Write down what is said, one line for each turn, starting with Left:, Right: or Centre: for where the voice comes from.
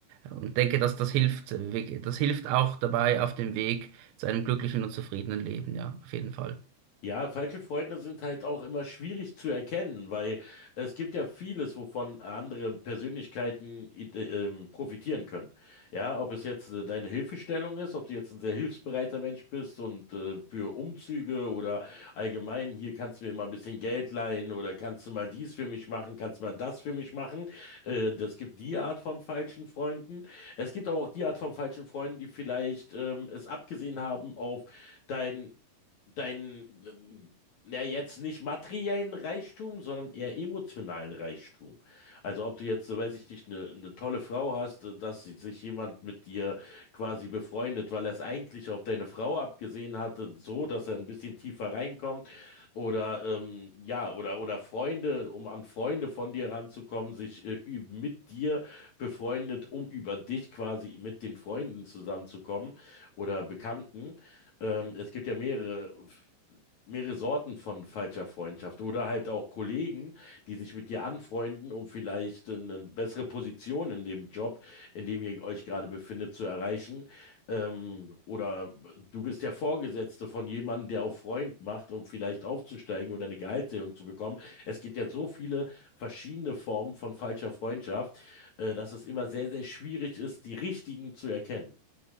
Right: Und denke, dass das hilft, äh, das hilft auch dabei auf dem Weg zu einem glücklichen und zufriedenen Leben, ja, auf jeden Fall.
Left: Ja, falsche Freunde sind halt auch immer schwierig zu erkennen, weil es gibt ja vieles, wovon andere Persönlichkeiten i- äh, ähm, profitieren können. Ja, ob es jetzt äh, deine Hilfestellung ist, ob du jetzt ein sehr hilfsbereiter Mensch bist und äh, für Umzüge oder allgemein, hier kannst du mir mal ein bisschen Geld leihen oder kannst du mal dies für mich machen, kannst du mal das für mich machen. Äh, das gibt die Art von falschen Freunden. Es gibt aber auch die Art von falschen Freunden, die vielleicht ähm, es abgesehen haben auf dein deinen, ähm, ja jetzt nicht materiellen Reichtum, sondern eher emotionalen Reichtum. Also ob du jetzt, so weiß ich nicht, eine, eine tolle Frau hast, äh, dass sie- sich jemand mit dir quasi befreundet, weil er es eigentlich auf deine Frau abgesehen hatte, so, dass er ein bisschen tiefer reinkommt. Oder ähm, ja, oder oder Freunde, um an Freunde von dir ranzukommen, sich äh, üb- mit dir befreundet, um über dich quasi mit den Freunden zusammenzukommen oder Bekannten. Ähm, es gibt ja mehrere, mehrere Sorten von falscher Freundschaft oder halt auch Kollegen, die sich mit dir anfreunden, um vielleicht eine bessere Position in dem Job, in dem ihr euch gerade befindet, zu erreichen. Ähm, oder du bist der Vorgesetzte von jemandem, der auf Freund macht, um vielleicht aufzusteigen oder eine Gehaltserhöhung zu bekommen. Es gibt ja so viele verschiedene Formen von falscher Freundschaft, äh, dass es immer sehr, sehr schwierig ist, die richtigen zu erkennen.